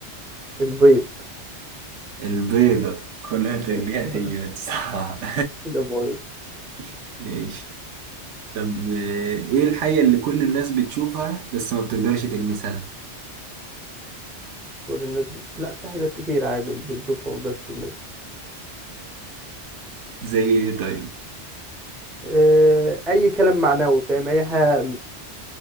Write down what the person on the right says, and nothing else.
البيضة كل ما تغليها
تجمل صعب
<laughs> ماشي طب إيه إيه الحاجة اللي كل الناس بتشوفها بس ما بتقدرش تلمسها
زي ايه طيب